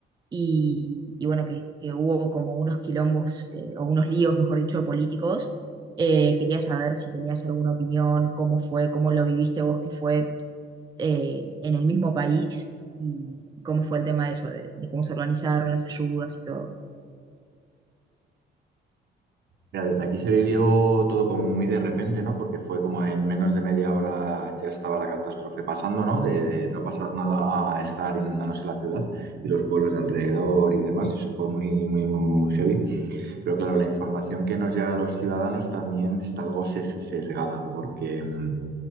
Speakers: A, on the right; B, on the right.
A: y, y bueno, que, que hubo como unos quilombos eh, o unos líos, mejor dicho, políticos. Eh, quería saber si tenías alguna opinión, cómo fue, cómo lo viviste vos, que fue eh, en el mismo país y cómo fue el tema de eso, de, de cómo se organizaron las ayudas y todo.
B: Mira, desde aquí se vivió todo como muy de repente, ¿no? Porque fue como en menos de media hora ya estaba la catástrofe pasando, ¿no? De, de no pasar nada a estar inundándose la ciudad y los pueblos de alrededor y demás. y Eso fue muy, muy, muy, muy heavy. Pero claro, la información que nos llega a los ciudadanos también está algo ses- sesgada, porque mm,